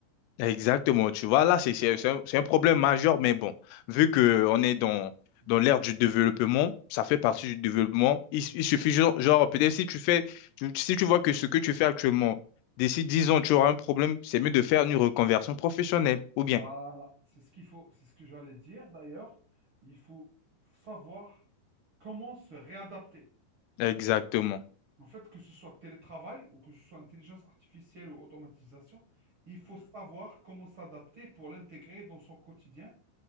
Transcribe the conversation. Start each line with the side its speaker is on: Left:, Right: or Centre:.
Left: exactement. Tu vois, là, c'est c'est-
Right: Voilà.
Left: c'est un, c'est un problème majeur,
Right: C'est
Left: mais
Right: tout.
Left: bon, vu qu'on est dans,
Right: Mm.
Left: dans l'ère du développement, ça fait partie
Right: Ouais.
Left: du développement. Il,
Right: Ouais.
Left: il suffit, genre, genre, peut-être si tu fais, tu- si tu vois que ce que tu fais actuellement, d'ici 10 ans, tu auras un problème, c'est mieux de faire une reconversion professionnelle, ou
Right: Voilà.
Left: bien.
Right: C'est ce qu'il faut. C'est ce que j'allais dire. D'ailleurs, il faut savoir comment se réadapter.
Left: Exactement.
Right: En fait, que ce soit télétravail ou que ce soit intelligence artificielle ou automatisation, il faut savoir comment s'adapter pour l'intégrer dans son quotidien,